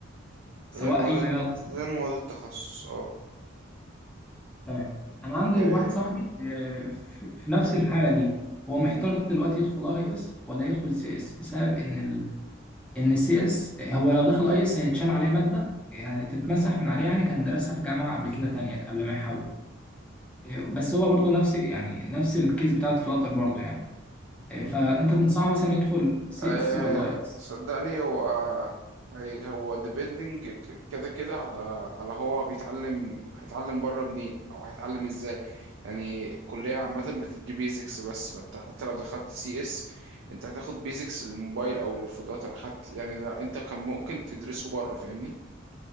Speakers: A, in the centre; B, on the right (about 75°).
A: سواء
B: غير مواد
A: اي مجال اصلا
B: غير مواد التخصص اه
A: تمام انا عندي
B: آه،
A: واحد صاحبي آه، في في نفس الحالة دي هو محتار
B: مم.
A: دلوقتي يدخل اي اس ولا يدخل سي اس بسبب ان ال... ان سي اس هو لو دخل اي اس هيتشال عليه مادة يعني تتمسح من عليه يعني كان درسها في جامعة قبل كده تانية قبل ما يحول آه، بس هو برضو نفس يعني نفس الكيس بتاعت فلاتر برضو يعني آه،
B: مم.
A: فانت تنصحه مثلا يدخل سي
B: آه
A: اس ولا اي اس
B: صدقني هو هي- هو ديبندنج كده كده على على هو بيتعلم هيتعلم بره منين او هيتعلم ازاي يعني الكلية عامة بتدي بيزكس بس فانت حتى لو دخلت سي اس انت هتاخد بيزكس للموبايل او للفلاتر حتى يعني لا انت كان ممكن تدرسه بره فاهمني